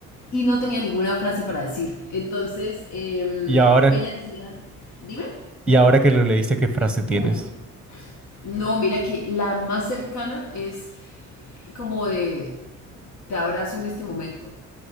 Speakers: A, on the left; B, in the centre.
A: y no tenía ninguna frase para decir. Entonces, em,
B: Y ahora,
A: ella decía, dime,
B: y ahora que lo leíste, ¿qué frase tienes?
A: Uf, no, mira que la más cercana es como de, te abrazo en este momento